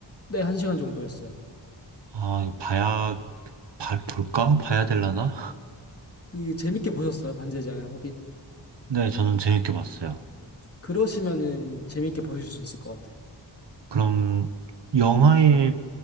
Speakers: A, on the left (about 35°); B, on the right (about 70°).
A: 네, 한 시간 정도였어요.
B: 아, 이거 봐야, 봐, 볼까? 봐야 되려나?
A: 그, 재밌게 보셨어요? 반지의 제왕이랑 호빗.
B: 네, 저는 재밌게 봤어요.
A: 그러시면은 재밌게 보실 수 있을 것 같아요.
B: 그럼, 영화의,